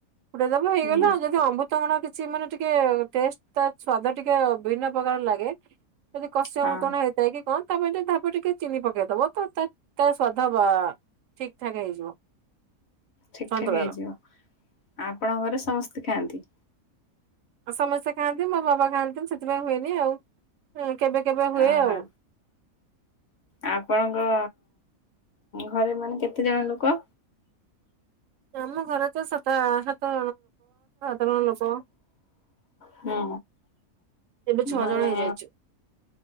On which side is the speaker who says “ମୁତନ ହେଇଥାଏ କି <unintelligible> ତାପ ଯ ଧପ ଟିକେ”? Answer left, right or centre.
Right